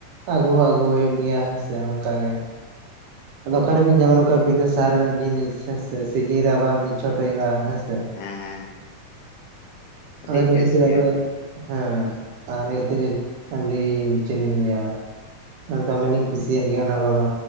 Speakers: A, on the right (about 80°); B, on the left (about 80°).
A: ᱟᱹᱜᱩ ᱦᱚᱸ ᱟᱹᱜᱩ ᱦᱩᱭᱩᱜ ᱜᱮᱭᱟ ᱦᱮᱸᱥᱮ ᱚᱱᱠᱟ ᱜᱮ ᱟᱫᱚ
B: ᱦᱮᱸ
A: ᱚᱠᱟᱨᱮ ᱵᱤᱱ ᱧᱟᱢᱟ ᱱᱚᱝᱠᱟ ᱵᱷᱤᱱᱟᱹ ᱥᱟᱨ ᱨᱮᱱᱟᱜ ᱡᱤᱱᱤᱥ ᱦᱮᱸ ᱥᱮ ᱥᱤᱡᱤᱱ ᱨᱮ ᱟᱵᱟᱨ ᱢᱤᱫ ᱪᱷᱚᱴ ᱦᱩᱭᱩᱜ-ᱟ ᱦᱮᱸ ᱥᱮ
B: ᱦᱮᱸ ᱦᱮᱸ ᱟᱹᱰᱤ
A: ᱟᱫᱚ ᱱᱤᱭᱟ
B: ᱵᱮᱥ
A: ᱠᱷᱟᱹᱛᱤᱨ
B: ᱜᱮᱭᱟ
A: ᱟᱫᱚ ᱦᱮᱸ ᱟᱨ ᱱᱤᱭᱟᱹ ᱛᱮ ᱜᱮ ᱟᱹᱰᱤ ᱪᱮᱫᱞᱤᱧ ᱞᱟᱹᱭᱟ ᱫᱚᱢᱮᱞᱤᱧ ᱠᱩᱥᱤᱭᱟᱜ ᱜᱮᱭᱟ ᱚᱱᱟ ᱠᱚᱫᱚ